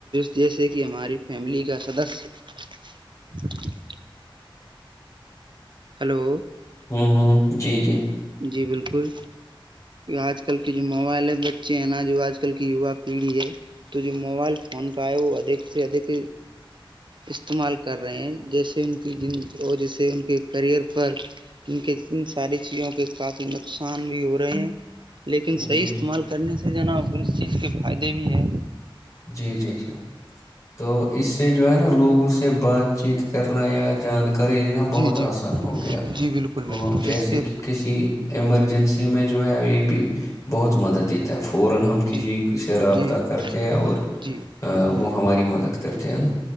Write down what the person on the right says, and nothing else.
جیسے کہ ہماری فیملی کا سدس جی <unintelligible> ہلو
جی بالکل آج کل کے جو موبائل ہے بچے ہیں نا جو آج کل کی یوا پیڑھی ہے تو جو موبائل فون کا ہے وہ ادھک سے ادھک استعمال کر رہے ہیں جیسے ان کی جن اور جیسے ان کے کییئر پر ان کے ان ساری چیزوں کے کافی نقصان بھی ہو رہے ہیں لیکن
صحیح استعمال
کرنے سے جناا ک چیز کے فائدے بھی ہے
جی
جی
جی بالکل
بالکل
اس کے
جی
جی
جی جی